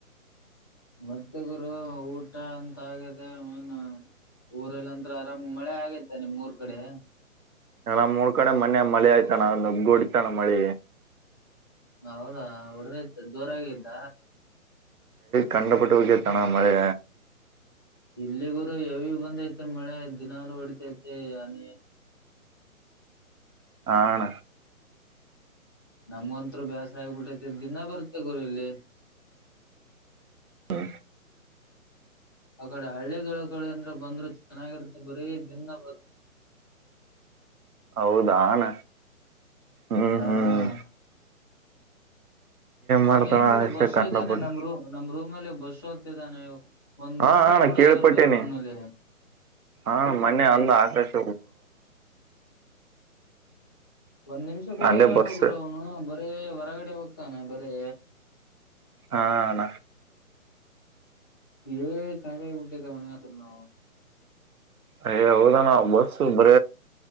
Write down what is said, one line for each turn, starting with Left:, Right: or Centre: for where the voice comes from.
Left: ಮದೆ ಗುರು ಊಟ ಅಂತಗಿದೆ ಮೀನು ಊರಲ್ಲಂತ್ರ ಆರಾಮ್ ಮಳೆ ಆಗೈತ ನಿಮ್ಊರ್ ಕಡೆ
Right: ನಲ್ಲ ಮೂರ್ ಕಡೆ ಮನೆ ಮಳಿ ಆಯ್ತಾನ ನುಗ್ಗ ಹೊಡತಾನ ಮಳಿ
Left: ಹೌದಾ ಉಡದತ ಜೋರಾಗಿದ್ದ
Right: ಕಂಡಪಟ್ಟ ಓಕೆತಾನ ಮಳೆ
Left: ಇಲ್ಲಿಗೂರು ಯಾವ ಬಂದೈತೆ ಮಳೆ ದಿನಲು ಹೊಡಿತೈತಿ ಅನಿ
Right: ಆಣ
Left: ನಮ್ಗಂತರು ಬ್ಯಾಸ ಆಗ್ಬಿಟ್ಟತೆ ದಿನಾ ಬರ್ತೆ ಗರಿ ಇಲ್ಲಿ
Right: ಹ್ಮ
Left: ಆ ಕಡೆ ಹಳ್ಳಿಗಳ ಕಡೆ ಅಂದ್ರೆ ಬಂದ್ರು ಚೆನ್ನಾಗಿರುತ್ತೆ ಬರೀ ದಿನ ಬ
Right: ಹೌದಾನ ಹ್ಮ್
Left: ಹಾ
Right: ಹ್ಮ್ ಮಾಡ್ತಾಳ
Left: ಅವನ್ ಏನ್ ಗುರು
Right: ಅಷ್ಟೇ
Left: ಬಸ್ಸು
Right: ಕಂಡಪಟ್ಟು
Left: ಇದ್ದಾನೆ ನಮ್ ರೂ ನಮ್ ರೂಮ್ಲ್ ಬಸ್ಸು ಅಂತಿದ್ದಾನೆ ಒಂದ್
Right: ಹಾ
Left: ನಿಮಿಷ
Right: ಅಣ್ಣ
Left: ಕೂಡ
Right: ಕೇಳ್ಪಟ್ಟೇನಿ
Left: ಇರಲ್ವ ಒಲೆ
Right: ಹಾ ಮೊನ್ನೆ
Left: ಹೌದ
Right: ಅಂದ ಆಕಾಶ
Left: ಒಂದ್ ನಿಮಿಷ ಕೂಡ
Right: ಅಂದೆ
Left: ಇರಲ್ವ
Right: ಬಸ್
Left: ಗುರು ಅವ್ನು ಬರೇ ಹೊರಗಡೆ ಹೋಗ್ತಾನೆ ಬರೀ
Right: ಹಾಣ
Left: ಏಳ ಸಗಾಯಿ ಬಿಟ್ಟೆ ತ ಒವು
Right: ಹ ಹೌದಾನ ಬಸ್ ಬರ